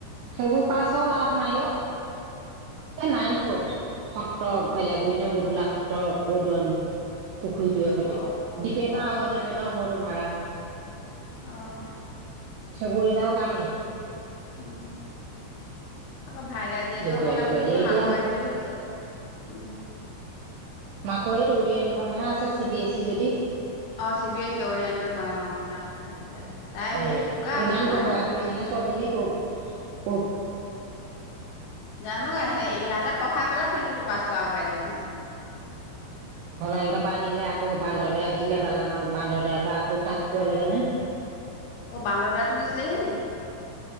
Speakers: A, on the right; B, on the left.
A: সেইবোৰ পাচো লাভ নাই অ' এই নাৰায়ণপুৰত সত্ৰ
B: অ অ
A: বেলেগুৰি ন বদূলা সত্ৰৰ দুৱাৰমুখত। পুখুৰীটোৱে সতি
B: অ',
A: দীপেনৰ
B: অ',
A: আগত
B: হতা
A: দীপেনৰ ঘৰটো ভাড়া
B: অ '
A: সেইবোৰ ৰিজাল্ট কাম নাই।
B: উম, আকৌ ভাইদা জীয়েকেও
A: দেখুৱাই
B: পঢ়ে
A: দেখুৱাই
B: বুলি কৈছে
A: দিয়ে এতিয়া
B: মাকুৱ আইত বুলি কৈছে উম,
A: মাকৈত অৰিয়েণ্টখননহে আছে চি বি এছ ই যদি
B: অ চি বি এছ ই অৰিয়েণ্টত অঁ তাত হয় তেতিয়াহ'লে তাই সেই
A: অঁ
B: চুকা
A: ইমান
B: হেনো নাইনত
A: বগাই ঘুৰিছ নে ছোৱালীজনীক ব <inaudible>
B: জানো ইয়াতে পঢ়াই পেলাই মেট্ৰিক টো পাছ কৰা মবাইল নহ
A: ভলডাৰ পৰা আনিলে আকৌ বান্দৰদাত দিলে বালানাম বান্দৰদাৰ পৰা আকৌ তাত পোৱা লাগে নে
B: অঁ বান্দৰটো দিছিলেহেনি